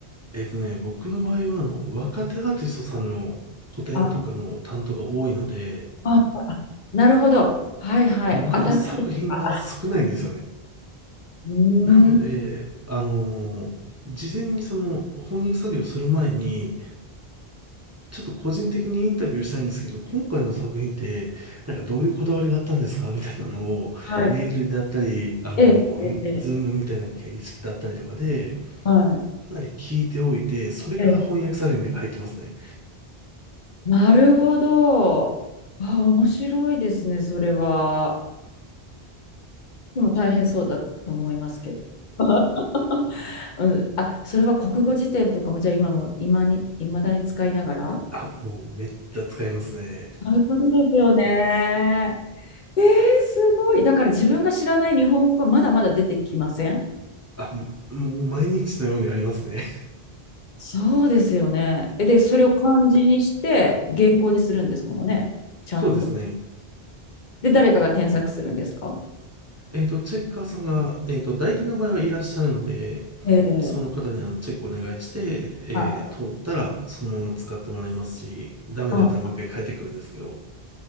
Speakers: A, on the right; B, on the left.
A: えっとね、僕の場合はあの、若手アーティストさんの個展とかの担当が多いので、
B: あ、あ、あなるほど。はいはい。
A: まだ作品が少ないんですよね。
B: 当たったいとかうーん。
A: なので、あのー事前にその翻訳作業する前に、ちょっと個人的にインタビューしたいんですけど、今回の作品って、なんかどういうこだわりがあったんですかみたいなのを、
B: はい。
A: メールであったり、あのーみズームみたいな形式だったりとかで、
B: ええ、ええ、ええはい。
A: かなり聞いておいて、それから翻訳作業に入ってますね。
B: ええなるほど。あ、面白いですね、それは。でも大変そうだと思いますけど。<laughs> うん、あ、それは国語辞典とかも、じゃあ今も、今に、いまだに使いながら
A: あ、もうめっちゃ使いますね。
B: そういうことですよね。えー、すごい。だから自分が知らない日本語がまだまだ出てきません
A: あ、もう毎日のようにありますね。
B: そうですよね。えで、それを漢字にして原稿にするんですものね。
A: <laughs>
B: ちゃんと。
A: そうですね。
B: で、誰かが添削するんですか
A: えっと、チェッカーさんが、えっと、代理店の場合はいらっしゃるので、
B: えー
A: その方にあのチェックお願いして、えー通ったらそのまま使ってもらいますし、
B: あ
A: ダメだったらもう一回変えてくるんですけど、
B: あ